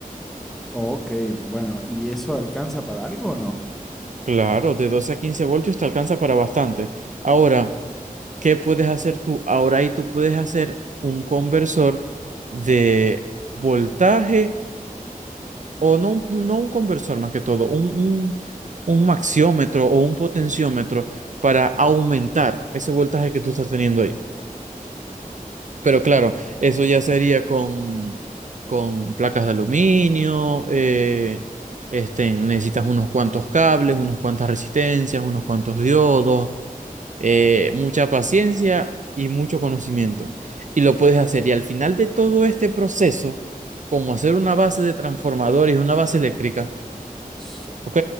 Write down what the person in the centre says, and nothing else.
Ok, bueno, ¿y eso alcanza para algo o no?
S-